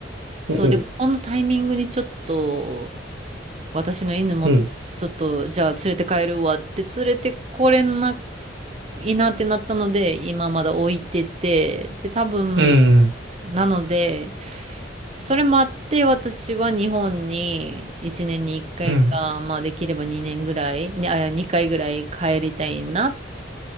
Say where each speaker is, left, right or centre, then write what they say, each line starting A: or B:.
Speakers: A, on the right; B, on the right.
A: そうで、
B: おう、
A: このタイミングにちょっと、私の犬も、
B: うん、
A: ちょっと、じゃあ連れて帰るわって連れてこれないいなってなったので、今まだ置いてて、で、多分、
B: うん、
A: なので、それもあって、私は日本に1年に1回かいか、
B: うん、
A: まあできれば2年ぐらい、にあ、2回ぐらい帰りたいなっ